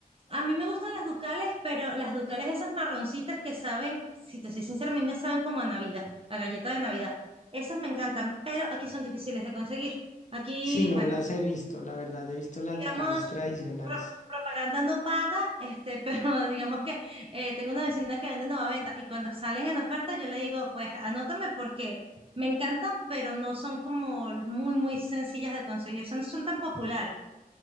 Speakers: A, on the right; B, on the left.
A: A mí me gustan las ducales, pero las ducales esas marroncitas que saben, si te soy sincera, a mí me saben como a Navidad, a galleta de Navidad. Esas me encantan, pero aquí son difíciles de conseguir. Aquí,
B: Sí, no
A: bueno,
B: las he visto, la verdad, he visto las
A: digamos,
B: ducales tradicionales.
A: pro- propaganda no paga, este, <laughs> pero digamos que eh, tengo una vecina que vende nueva venta y cuando salen en oferta yo le digo, pues anótame porque me encantan, pero no son como muy, muy sencillas de conseguir, son, son tan populares.